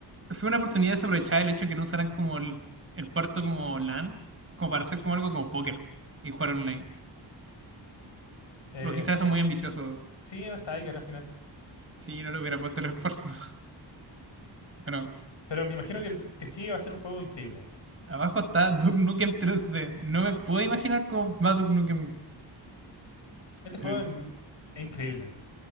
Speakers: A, on the right; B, on the left.
A: fue una oportunidad desaprovechada el hecho de que no usaran como el, el puerto como LAN, como para hacer como algo como póker y jugar online.
B: Eh,
A: O quizás eso
B: es-
A: es muy ambicioso,
B: sí, está Tiger al final.
A: si no le hubiera puesto el esfuerzo. <laughs> Bueno,
B: Pero me imagino que el que sigue va a ser un juego increíble.
A: abajo está Duke Nukem tres d No me puedo imaginar cómo va Duke Nukem.
B: Este juego
A: en el-
B: es, m- es increíble.